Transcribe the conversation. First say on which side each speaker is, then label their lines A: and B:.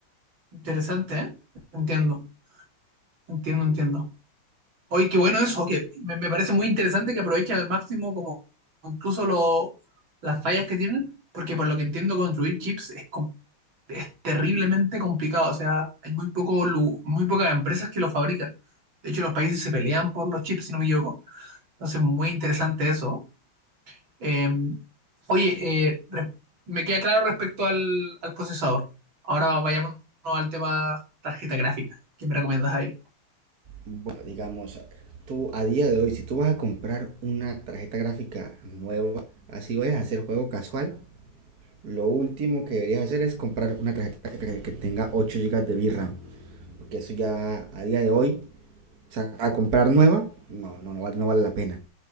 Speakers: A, on the right; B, on the right.
A: interesante, ¿eh? Entiendo, entiendo, entiendo. Oye, qué bueno eso, que me, me parece muy interesante que aprovechen al máximo como incluso lo- las fallas que tienen, porque por lo que entiendo construir chips es, com- es terriblemente complicado, o sea, hay muy poco, lu- muy pocas empresas que lo fabrican. De hecho, los países se pelean por los chips, si no me equivoco. Entonces, muy interesante eso. Eh, oye, eh, re- me queda claro respecto al, al procesador. Ahora vayámonos al tema tarjeta gráfica. ¿Qué me recomiendas ahí?
B: Bueno, digamos, tú a día de hoy, si tú vas a comprar una tarjeta gráfica nueva, así vayas a hacer juego casual, lo último que deberías hacer es comprar una tarjeta gráfica que tenga 8 gigas de VRAM. Porque eso ya a día de hoy, o sea, a comprar nueva, no, no, no, vale, no vale la pena.